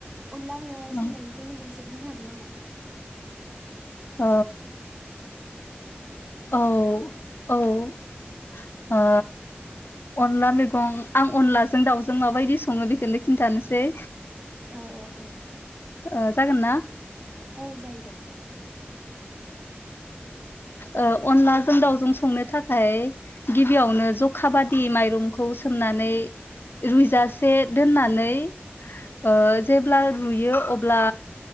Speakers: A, on the right; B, on the left.
A: अनला मेवङाइ
B: उम,
A: संनायनायनि सोमानदैसै। बुंनो हागोन नामा?
B: औ औ औ ओ अनला मैगं आं अनलाजों दाउजों माबायदि सङो बेखोनो खिन्थानोसै
A: औ औ दे
B: ओ जागोन ना?
A: औ जायो दे।
B: ओ अनलाजों दाउजों संनो थाखाय गिबियावनो जखा बादि माइरंखौ सोमनानै रुइजासे दोननानै ओ जेब्ला रुयो अब्ला